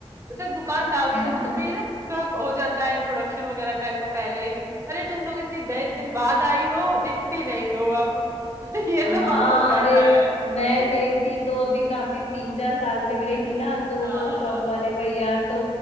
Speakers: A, on the right; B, on the left.
A: अच्छा दुकानदारों
B: <laughs>
A: से मतलब भी ना थोड़ा हो जाता है इंट्रोडक्शन वगैरह टाइप का पहले ही अरे तुम लोग इतनी दे- दिन बाद आई हो दिखती नहीं हो अब <laughs> ये
B: हाँ
A: सवाल हो जाता
B: अरे
A: है
B: मैं
A: <laughs>
B: गई थी तो अभी काफी
A: तो
B: तीन चार साल पे गई थी ना तो
A: हाँ
B: वो शॉप
A: हाँ
B: वाले भैया तो